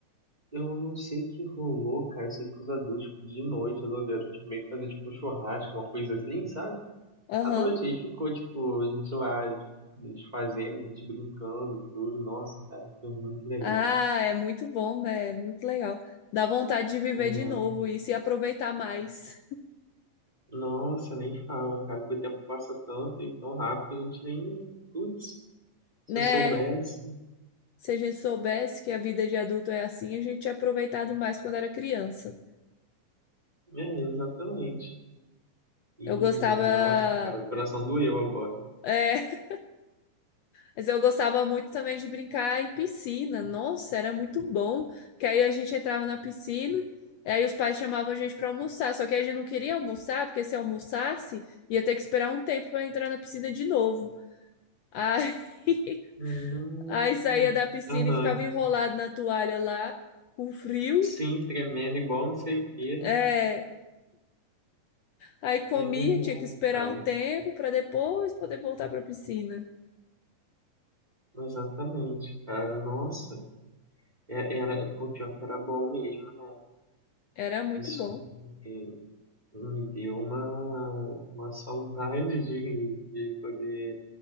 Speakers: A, on the right; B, on the left.
A: eu não sei o que rolou, cara. Eu sei que os adultos tipo, de noite resolveram tipo, meio que fazer tipo, um churrasco, uma coisa assim, sabe?
B: aham.
A: à noite. Aí ficou, tipo, a gente lá a fazendo, a gente brincando e tudo. Nossa, cara, foi muito legal.
B: Ah, é muito bom, né? É Muito legal. Dá vontade de viver
A: É,
B: de novo isso e aproveitar mais,
A: nossa, nem fala, cara, porque o tempo passa tanto e tão rápido que a gente nem. Putz, se
B: né?
A: eu soubesse.
B: Se a gente soubesse que a vida de adulto é assim, a gente tinha aproveitado mais quando era criança.
A: É, exatamente. E,
B: Eu gostava.
A: é, nossa, cara, o coração doeu agora.
B: é, Mas eu gostava muito também de brincar em piscina. Nossa, era muito bom. Porque aí a gente entrava na piscina, aí os pais chamavam a gente para almoçar. Só que a gente não queria almoçar, porque se almoçasse, ia ter que esperar um tempo para entrar na piscina de novo. Aí, <laughs>
A: Hum,
B: aí saía da piscina
A: Aham.
B: e ficava enrolado na toalha lá, com frio.
A: Sim, tremendo igual não sei o que,
B: É,
A: né?
B: aí comia,
A: É verdade,
B: tinha que esperar
A: cara.
B: um tempo para depois poder voltar para a piscina.
A: Exatamente, cara. Nossa, é- era, pô, pior que era bom mesmo, né?
B: Era muito
A: Isso
B: bom.
A: me, me deu uma, uma saudade de, de poder